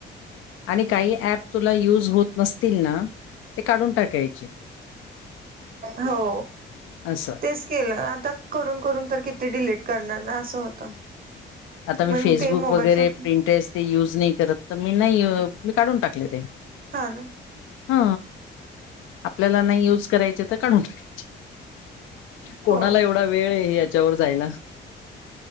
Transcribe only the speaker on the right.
हो
तेच केलं
आता करून करून तर किती डिलीट करणार ना असं होतं.
मग
ते मोबाईल
शॉप
हा ना
हो